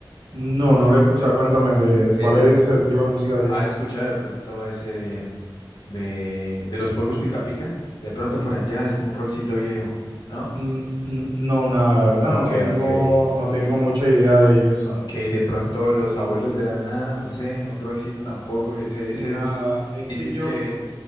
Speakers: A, on the right; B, on the left.
A: no, no lo he escuchado, cuéntame de
B: Ese,
A: cuál es el tipo de música de
B: ¿has
A: ellos.
B: escuchado de pronto ese de, mm, de, de los polvos pica pica? De pronto por allá es como un rockcito viejo, ¿no?
A: Mm, mm, No, nada, la verdad
B: Ok,
A: no tengo,
B: ok.
A: no
B: Y,
A: tengo mucha idea de ellos.
B: Ok, de pronto los abuelos de la nada, no sé, un rockcito tampoco, que ese,
A: Nada,
B: ese es,
A: es
B: y
A: que
B: si es
A: yo
B: que,